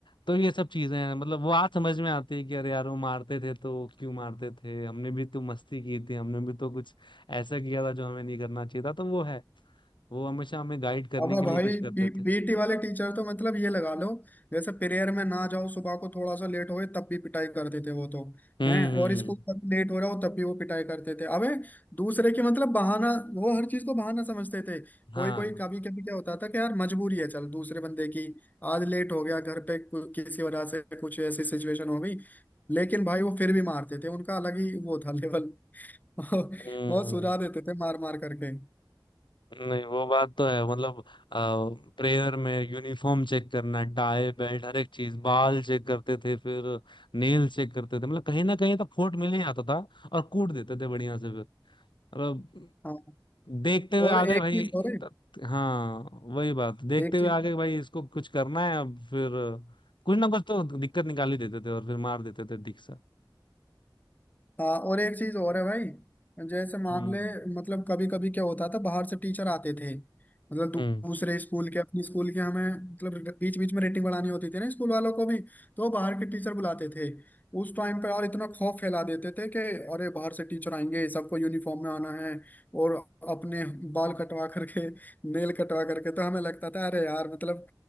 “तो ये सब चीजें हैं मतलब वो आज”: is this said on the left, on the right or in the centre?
Left